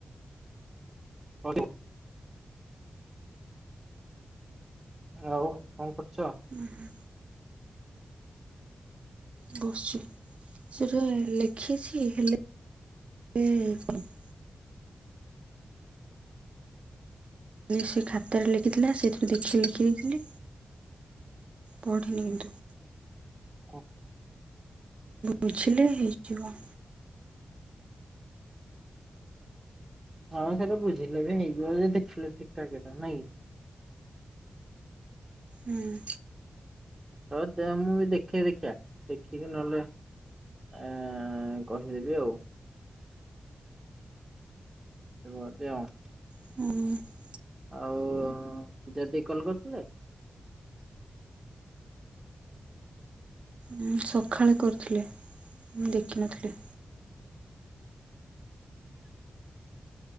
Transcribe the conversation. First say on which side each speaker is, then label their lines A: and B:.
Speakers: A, on the right; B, on the right.
A: ହଉ। ଆଉ କଣ କରୁଚ?
B: ହୁଁ ହୁଁ। ବସିଛି ସେଟା ଲେଖିଛି ହେଲେ <unintelligible> ସେ ଖାତାରେ ଲେଖିଥିଲା ସେଥିରୁ ଦେଖିକି ଲେଖି ଦେଇଥିଲି। ପଢ଼ିନିି କିନ୍ତୁ।
A: ହ।
B: ବୁଝିଲେ ହେଇଯିବ।
A: ହଁ ସେଟା ବୁଝିଲେ ବି ହେଇଯିବ ଯେ ଦେଖିଲେ ଠିକ ଠାକ ନାଇଁ କି।
B: ହୁଁ।
A: ହଉ ଦେ ମୁଁ ଦେଖେ ଦେଖିଆ ଦେଖିକି ନହେଲେ ଏ କହିଦେବି ଆଉ। ବୋଧେ ଆଉ।
B: ହଁ।
A: ଆଉ ଜଦି କଲ କରିଥିଲା?
B: ହୁଁ ସଖାଳେ କରିଥିଲେ ମୁଁ ଦେଖିନଥିଲି।